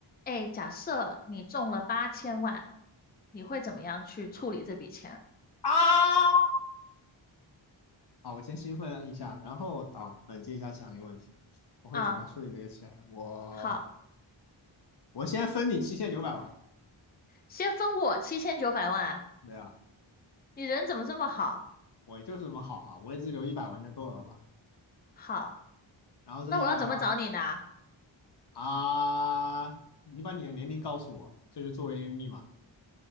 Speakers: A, on the left; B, on the left.
A: 哎，假设你中了八千万，你会怎么样去处理这笔钱
B: 啊！啊，我先兴奋一下，然后啊，冷静一下想这个问题，我会怎么样处理这个钱？
A: 啊？
B: 我
A: 好，
B: 我先分你七千九百万，
A: 先分我七千九百万，
B: 对啊，
A: 你人怎么这么好？
B: 我就是这么好啊，我也只留一百万就够了吧？
A: 好，
B: 然后这一百万
A: 那我要怎么找你呢？
B: 啊，你把你的年龄告诉我，这是作为密码